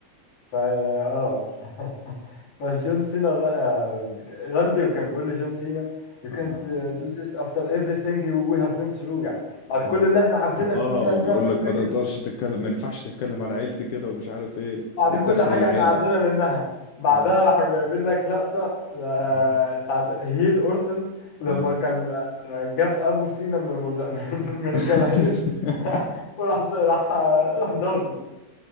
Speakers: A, on the left; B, on the left.
A: فا اه <laughs> فجون سينا آه راندي وكان بيقول لجون سينا You can't
B: اه, آه.
A: uh, do this after everything we have been through يعني بعد
B: اه
A: كل اللي احنا عدينا
B: اه
A: فيه ده
B: وبيقول
A: تعمل
B: لك
A: فيها
B: ما تقدرش تتكلم ما ينفعش تتكلم على عيلتي كده ومش عارف ايه
A: بعد
B: وتدخل
A: كل حاجة
B: العيلة
A: احنا عدينا منها بعدها
B: اه
A: راحوا جايبين لك لقطة آه،
B: اه
A: ساعة هيل أورتن لما
B: اه
A: كان آه، جاب أبو سينا من المد... <laughs> من من
B: <laughs>
A: الجماهير <laughs> وراح راح راح ضربه